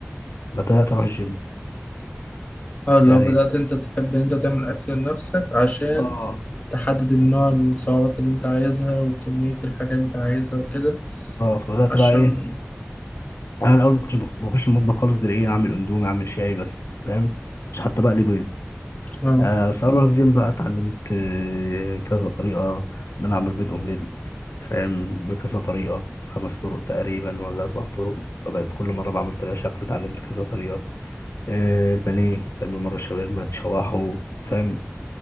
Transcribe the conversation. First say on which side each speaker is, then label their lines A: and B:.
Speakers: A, on the left; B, on the left.
A: ما بدات اروح الجيم
B: اه لو
A: يعني
B: بدأت انت تحب ان انت تعمل اكل لنفسك عشان
A: اه
B: تحدد النوع السعرات اللي انت عايزها وكمية الحاجة اللي انت عايزها وكده
A: اه فبدات
B: عشان
A: بقى ايه انا الاول ما كنتش بخ- بخش المطبخ خالص غير ايه اعمل اندومي اعمل شاي بس فاهم ما كنتش حتى بقلي بيض
B: اه
A: آه بس أنا في الجيم بقى اتعلمت آه، كذا طريقة إن أنا أعمل بيض أومليت فاهم بكذا طريقة خمس طرق تقريبا ولا أربع طرق فبقت كل مرة بعمل طريقة شكل اتعلمت كذا طريقة آه البانيه تعمل مرة شاورما تشوحه فاهم